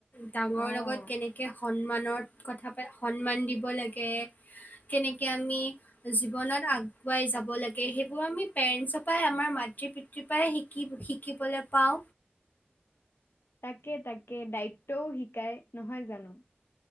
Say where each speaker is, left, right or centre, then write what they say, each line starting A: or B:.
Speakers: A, on the left; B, on the left.
A: ডাঙৰ
B: অ'।
A: লগত কেনেকে সন্মানত কথা পা সন্মান দিব লাগে, কেনেকে আমি জীৱনত আগ পুৱাই যাব লাগে সেইবোৰ আমি পেৰেণ্টছৰ পাই আমাৰ মাতৃ পিতৃৰ পাহে শিকি শি শিকিবলে পাওঁ।
B: তাকে, তাকে। দায়িত্বও শিকায়, নহয় জানো?